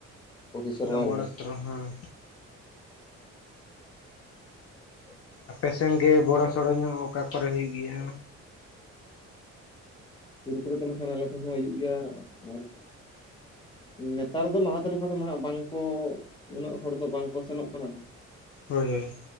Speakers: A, on the left; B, on the left.
A: ᱯᱨᱚᱛᱤ ᱥᱮᱨᱢᱟ
B: ᱚᱱᱟ ᱵᱚᱲᱚᱛᱨᱚ
A: ᱜᱮ
B: ᱦᱟᱸᱜ
A: <inaudible>
B: ᱟᱯᱮᱥᱮᱱ ᱜᱮ ᱵᱚᱲᱚ ᱥᱚᱲᱚ ᱧᱚᱜ ᱚᱠᱟ ᱠᱚᱨᱮ ᱦᱩᱭᱩᱜ ᱜᱮᱭᱟ?
A: ᱥᱩᱨ ᱠᱚᱨᱮ ᱫᱚ ᱱᱟᱠᱷᱟᱱ ᱟᱞᱮ ᱴᱷᱮᱱ ᱦᱚᱸ ᱦᱩᱭᱩᱜ ᱜᱮᱭᱟ ᱟᱨ, ᱱᱮᱛᱟᱨ ᱫᱚ ᱞᱟᱦᱟᱛᱮ ᱞᱮᱠᱟ ᱫᱚ ᱱᱟᱦᱟᱜ ᱵᱟᱝᱠᱚ ᱩᱱᱟᱹᱜ ᱦᱚᱲ ᱫᱚ ᱵᱟᱝᱠᱚ ᱥᱮᱱᱚᱜ ᱠᱟᱱᱟ ᱱᱟ,
B: ᱦᱳᱭ ᱦᱳᱭ